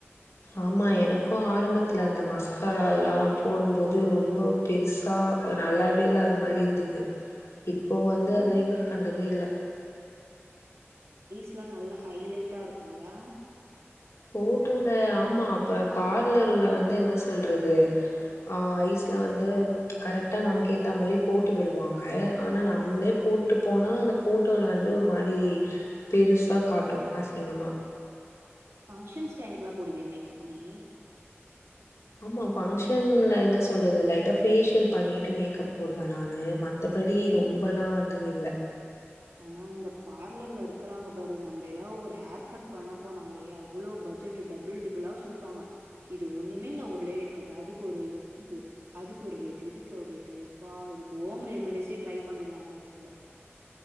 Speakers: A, on the left; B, on the right.
A: ஆமா எனக்கும் ஆரம்பத்துல அந்த மஸ்காரா அதல்லா போடும்போது ரொம்ப பெருசா நல்லாவே இல்லாத மாரி இருந்தது இப்போ வந்து
B: ஓ!
A: அதல்லா யூஸ் பண்றதே இல்ல
B: ல்லா நல்லா ஹைலைட்டா இருக்கும்லா
A: போட்டோல ஆமா அப்ப பார்லர்ல வந்து என்ன சொல்றது ஆஹ் ஐஸ்ல வந்து கரெக்டா நமக்கு ஏத்த மாரி போட்டு விடுவாங்க ஆனா நம்மளே போட்டு போனா அந்த போட்டோல வந்து ஒரு மாரி பெருசா காட்டு அசிங்கமா
B: ஃபங்ஷன்ஸ் டைமுக்கெல்லா போடுவியா மேக்கப் நீ
A: ஆமா ஃபங்ஷன்ல என்ன சொல்றது லைட்டா பேஷியல் பண்ணிட்டு மேக்கப் போடுவே நானு மத்தபடி ரொம்பல்லா வந்து இல்ல
B: ஆனா இந்த பார்லர்ல்ல இருக்கறாங்க பாரு நம்ம ஏதா ஒரு ஹேர் கட் பண்ண போனாலே அவ்ளோ பட்ஜெட் டபுள் டிபிளா சொல்லுவாங்க இது ஒன்னுமே இல்ல ஒரு லேயர் கட் அதுக்கு ஒரு ரேட் இது அதுக்கு ஒரு ரேட்டு் இதுக்கு ஒரு ரேட்டு எப்பா இதுக்கு ஹோம் ரெமடிஸே ட்ரை பண்ணிடலா போல நம்ப